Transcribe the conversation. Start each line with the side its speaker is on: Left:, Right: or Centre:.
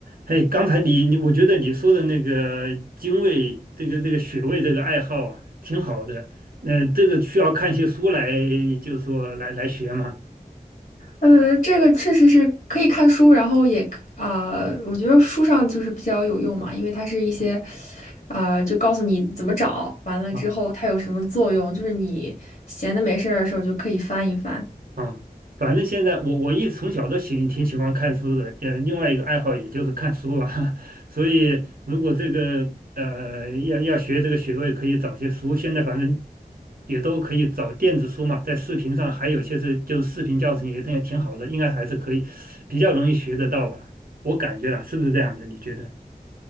Right: 嘿，刚才你你，我觉得你说的那个精卫，这个这个穴位这个爱好啊，挺好的。那、这个需要看一些书来，就说来来学嘛。
Left: 呃，这个确实是可以看书，然后也啊、呃我觉得书上就是比较有用嘛，因为它是一些
Right: 啊
Left: 啊、呃就告诉你怎么找，完了之后它有什么作用，
Right: 啊。
Left: 就是你闲的没事儿的时候就可以翻一翻。
Right: 啊，反正现在我我一从小都喜挺喜欢看书的，也另外一个爱好也就是看书吧。<laughs> 所以如果这个呃要要学这个学位，可以找些书。现在反正也都可以找电子书嘛，在视频上还有一些是就是视频教程也也挺好的，应该还是可以比较容易学得到吧。我感觉啦，是不是这样的？你觉得？